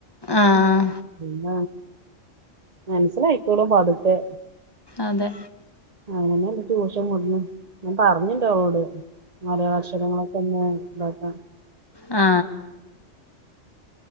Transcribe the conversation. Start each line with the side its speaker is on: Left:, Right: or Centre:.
Left: ആഹ്
Right: പിന്ന മനസ്സിലായിക്കോളും പതുക്കെ
Left: അതെ
Right: അങ്ങനെന്നെ ട്യൂഷൻ കൊടുന്ന് ഞാൻ പറഞ്ഞിണ്ട് ഓളോട് മലയാളാക്ഷരങ്ങളൊക്കെന്ന് <unintelligible>
Left: ആ